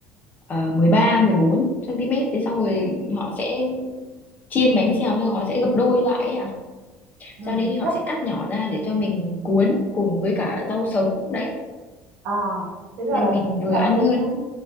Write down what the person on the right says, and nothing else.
ừ,
chắc
à thế ra
là
chính
là
cái
cái